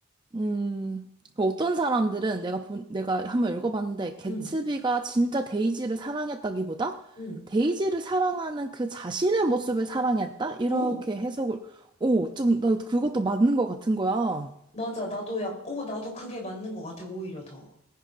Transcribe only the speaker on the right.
음, 그 어떤 사람들은 내가 본, 내가 한번 읽어봤는데, 개츠비가
진짜 데이지를 사랑했다기보다,
데이지를 사랑하는 그 자신의 모습을 사랑했다? 이렇게
해석을, 오, 좀, 나 그것도 맞는 것 같은 거야.